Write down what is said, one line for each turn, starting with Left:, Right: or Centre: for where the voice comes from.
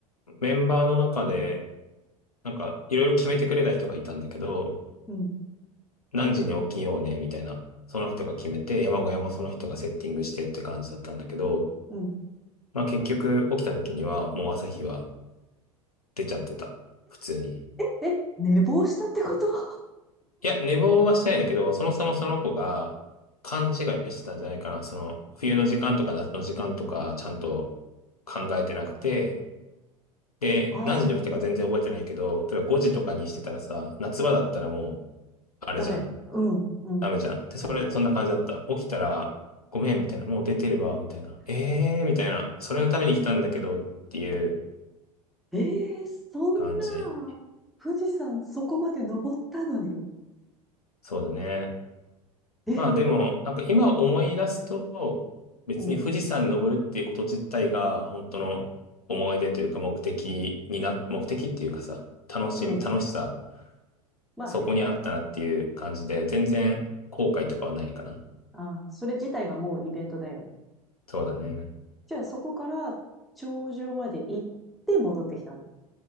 Left: う、メンバーの中で、なんか、いろいろ決めてくれた人がいたんだけど、
Centre: うん。
Left: 何時に起きようね、みたいな。その人が決めて、山小屋もその人がセッティングしてって感じだったんだけど、
Centre: うん。
Left: まあ結局起きた時には、もう朝日は出ちゃってた。普通に。
Centre: え、え、寝坊したってこと <laughs>
Left: いや、寝坊はしてないんだけど、そもそもその子が勘違いしてたんじゃないかな。その、冬の時間とか夏の時間とか、ちゃんと考えてなくて、で、
Centre: あ
Left: 何時に起きたか全然覚えてないけど、例えば5時とかにしてたらさ、夏場だったらもう、
Centre: あ、
Left: あれじゃん、
Centre: ダメ。うん。うん。
Left: ダメじゃん。で、それ、そんな感じだった。起きたら、ごめん、みたいな、もう出てるわ、みたいな。ええー、みたいな。それのために来たんだけど、っていう
Centre: えー、そんな、
Left: 感じ。
Centre: 富士山そこまで登ったのに
Left: そうだね。
Centre: えー、
Left: まあでも、なんか今思い出すと、別に富士山登るっていうこと自体が、
Centre: うん。
Left: 本当の思い出というか目的にな、目的っていうかさ、楽しみ、
Centre: うん。
Left: 楽しさ、
Centre: まあね。
Left: そこにあったなっていう感じで、全然後悔とかはないかな。
Centre: あーそれ自体がもうイベントだよね。
Left: そうだね。
Centre: じゃあそこから頂上まで行って戻ってきたの。